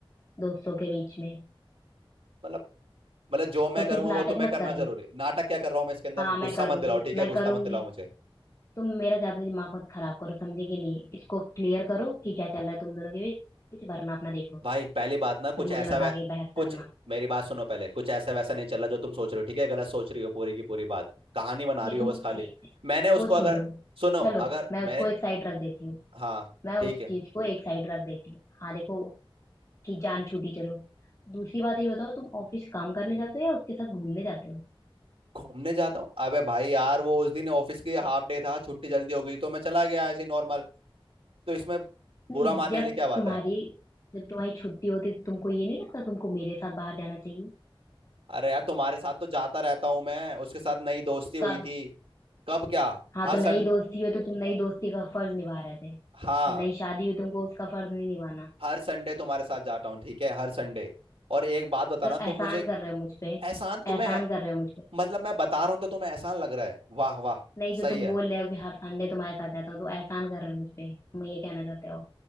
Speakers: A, on the left; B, on the right.
A: दोस्तों के बीच में
B: मतलब मतलब जो मैं
A: तो
B: करूंगा
A: फिर
B: वो
A: नाटक
B: तुम्हें
A: मत
B: करना
A: करना
B: जरूरी है नाटक क्या कर रहा हूँ मैं इसके अंदर
A: हाँ मैं
B: गुस्सा
A: करूंगी
B: मत दिलाओ ठीक
A: मैं
B: है
A: करूंगी
B: गुस्सा मत दिलाओ मुझे
A: तुम मेरा ज्यादा दिमाग मत खराब करो समझे कि नहीं इसको क्लियर करो कि क्या चल रहा है तुम दोनों के बीच वरना अपना देख लो
B: भाई पहली बात ना कुछ
A: फिर
B: ऐसा
A: मुझे मत
B: वै...
A: आके बहस
B: कुछ
A: करना
B: मेरी बात सुनो पहले कुछ ऐसा वैसा नहीं चल रहा जो तुम सोच रहे हो ठीक है गलत सोच रही हो पूरी की पूरी बात कहानी बना
A: ये
B: रही हो
A: तुम
B: बस खाली
A: ये-
B: मैंने उसको
A: वो
B: अगर
A: छोड़ो
B: सुनो
A: चलो
B: अगर
A: मैं
B: मैंने
A: उसको एक साइड रख देती हूँ
B: हाँ
A: मैं
B: ठीक
A: उस
B: है
A: चीज को एक साइड रख देती हूँ हाँ देखो कि जान छूटी चलो दूसरी बात ये बताओ तुम ऑफिस काम करने जाते हो या उसके साथ घूमने जाते हो
B: घूमने जाता हूँ अबे भाई यार वो उस दिन ऑफिस की हाफ डे था छुट्टी जल्दी हो गई तो मैं चला गया ऐसे नॉर्मल तो इसमें
A: नहीं
B: बुरा मानने
A: जब
B: वाली क्या बात
A: तुम्हारी
B: है
A: जब तुम्हारी छुट्टी होती तो तुमको ये नहीं लगता तुमको मेरे साथ बाहर जाना चाहिए
B: अरे यार तुम्हारे साथ तो जाता रहता हूँ मैं उसके साथ नई दोस्ती हुई
A: कब
B: थी कब क्या
A: हाँ
B: हर
A: तो
B: संडे
A: नई दोस्ती हुई तो तुम नई दोस्ती का फर्ज निभा रहे थे
B: हाँ
A: या नई शादी हुई तुमको उसका फर्ज नहीं निभाना
B: हर संडे तुम्हारे साथ जाता हूँ ठीक है हर संडे और एक बात बताना
A: तो
B: तुम
A: एहसान
B: मुझे
A: कर रहे हो मुझ
B: एहसान
A: पे एहसान
B: तुम्हें है
A: कर रहे हो मुझ पे
B: मतलब मैं बता रहा हूँ तो तुम्हें एहसान लग रहा है वाह वाह
A: नहीं जो
B: सही
A: तुम
B: है
A: बोल रहे हो कि हर संडे तुम्हारे साथ जाता हो तो एहसान कर रहे हो मुझ पे तुम ये कहना चाहते हो